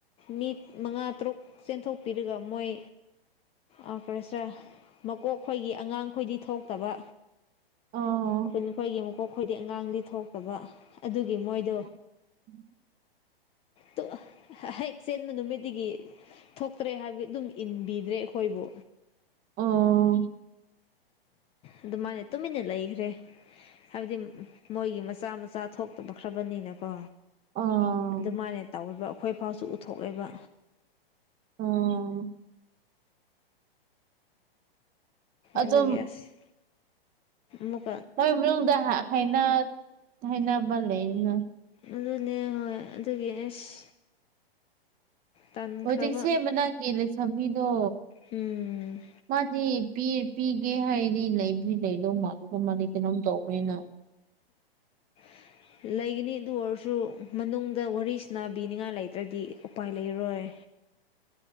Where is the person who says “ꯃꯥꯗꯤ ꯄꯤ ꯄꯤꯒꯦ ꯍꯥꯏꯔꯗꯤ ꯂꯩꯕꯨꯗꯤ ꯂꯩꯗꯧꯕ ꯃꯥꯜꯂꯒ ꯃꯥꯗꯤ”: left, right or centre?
Right